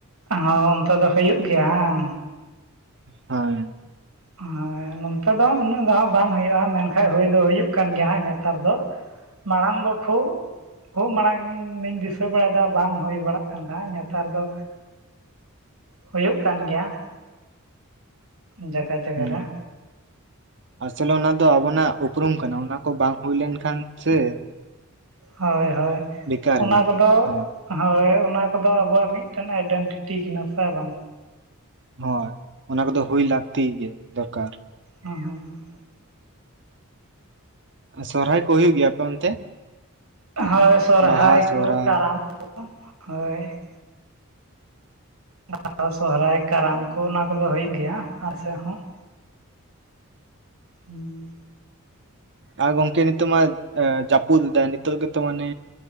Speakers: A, on the right; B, on the right.
A: ᱦᱚᱸ ᱚᱱᱛᱮ ᱫᱚ ᱦᱩᱭᱩᱜ ᱜᱮᱭᱟ ᱵᱟᱝ
B: ᱦᱳᱭ
A: ᱦᱚᱭ ᱱᱚᱱᱛᱮ ᱫᱚ ᱩᱱᱟᱹᱜ ᱫᱚ ᱦᱟᱸᱜ ᱵᱟᱝ ᱦᱩᱭᱩᱜ-ᱟ ᱢᱮᱱᱠᱷᱟᱡ ᱦᱩᱭ ᱫᱚ ᱦᱩᱭᱩᱜ ᱠᱟᱱ ᱜᱮᱭᱟ ᱦᱟᱸᱜ ᱱᱮᱛᱟᱨ ᱫᱚ ᱢᱟᱲᱟᱝ ᱫᱚ ᱠᱷᱩ ᱠᱷᱩᱜ ᱢᱟᱲᱟᱝ ᱤᱧ ᱫᱤᱥᱟᱹ ᱵᱟᱲᱟᱭᱮᱫᱟ ᱵᱟᱝ ᱦᱩᱭ ᱵᱟᱲᱟᱜ ᱠᱟᱱ ᱛᱟᱦᱮᱸ ᱱᱮᱛᱟᱨ ᱫᱚ ᱦᱩᱭᱩᱜ ᱠᱟᱱ ᱜᱮᱭᱟ ᱾ ᱡᱟᱜᱟ ᱡᱟᱜᱟ
B: ᱦᱮᱸ
A: ᱨᱮ
B: ᱟᱥᱚᱞᱮ ᱚᱱᱟ ᱫᱚ ᱟᱵᱚᱱᱟᱜ ᱩᱯᱨᱩᱢ ᱠᱟᱱᱟ ᱚᱱᱟ ᱠᱚ ᱵᱟᱝ ᱦᱩᱭ ᱞᱮᱱᱠᱷᱟᱱ ᱥᱮ
A: ᱦᱳᱭ ᱦᱳᱭ
B: ᱵᱮᱠᱟᱨ
A: ᱚᱱᱟ
B: ᱜᱮᱭᱟ
A: ᱠᱚᱫᱚ
B: ᱦᱚᱸ
A: ᱦᱳᱭ ᱚᱱᱟ ᱠᱚᱫᱚ ᱟᱵᱚᱣᱟᱜ ᱢᱤᱫᱴᱮᱱ ᱟᱭᱰᱮᱱᱴᱤᱴᱤ ᱠᱟᱱᱟ ᱥᱮ ᱵᱟᱝ?
B: ᱦᱳᱭ ᱚᱱᱟ ᱠᱚᱫᱚ ᱦᱩᱭ ᱞᱟᱹᱠᱛᱤ ᱜᱮ ᱫᱚᱨᱠᱟᱨ ᱾
A: ᱦᱮᱸ ᱦᱩᱸ
B: ᱥᱚᱨᱦᱟᱭ ᱠᱚ ᱦᱩᱭᱩᱜ ᱜᱮᱭᱟ ᱟᱯᱮ ᱚᱱᱛᱮ?
A: ᱦᱳᱭ ᱥᱚᱨᱦᱟᱭ
B: ᱵᱟᱦᱟ ᱥᱚᱦᱨᱟᱭ
A: ᱠᱚ ᱠᱟᱨᱟᱢ ᱠᱚ ᱦᱳᱭ ᱾ ᱵᱟᱦᱟ ᱥᱚᱨᱦᱟᱭ ᱠᱟᱨᱟᱢ ᱠᱚ ᱚᱱᱟ ᱠᱚᱫᱚ ᱦᱩᱭᱩᱜ ᱜᱮᱭᱟ ᱟᱞᱮ ᱥᱮᱫ ᱦᱚ ᱾ ᱦᱩᱸ
B: ᱟ ᱜᱚᱝᱠᱮ ᱱᱤᱛᱚᱜ ᱢᱟ ᱡᱟᱹᱯᱩᱫ ᱮᱫᱟᱭ ᱱᱤᱛᱚᱜ ᱜᱮᱛᱚ ᱢᱟᱱᱮ